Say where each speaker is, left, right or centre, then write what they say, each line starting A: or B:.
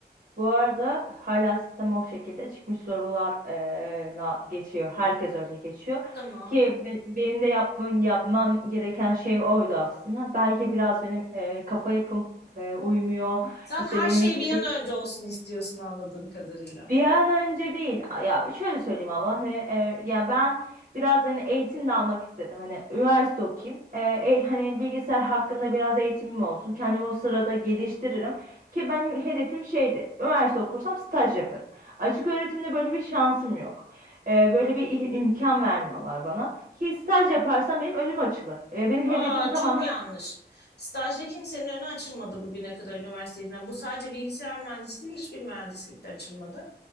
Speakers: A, on the right; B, on the left.
A: Bu arada hala sistem o şekilde çıkmış sorular eee, la geçiyor. Herkes öyle geçiyor.
B: Tamam.
A: Ki be- benim de yapmam, yapmam gereken şey oydu aslında. Belki biraz benim eee, kafa yapım eee, uymuyor.
B: Sen
A: İşte
B: her
A: benim
B: şey
A: istediğim
B: bir an önce olsun istiyorsun anladığım kadarıyla.
A: Bir an önce değil. Ya şöyle söyleyeyim ama hani e, ya ben biraz hani eğitim de almak istedim. Hani üniversite okuyayım. E, e, hani bilgisayar hakkında biraz eğitimim olsun. Kendimi o sırada geliştiririm. Ki benim hedefim şeydi. Üniversite okursam staj yaparım. Açık öğretimde böyle bir şansım yok. E, böyle bir i- imkan vermiyorlar bana. Ki staj yaparsam benim önüm açılır. E, benim
B: Aa,
A: hedefim tamamen
B: çok yanlış. Stajda kimsenin önü açılmadı bugüne kadar üniversiteden. Bu sadece bilgisayar mühendisliği, hiçbir mühendislikte açılmadı.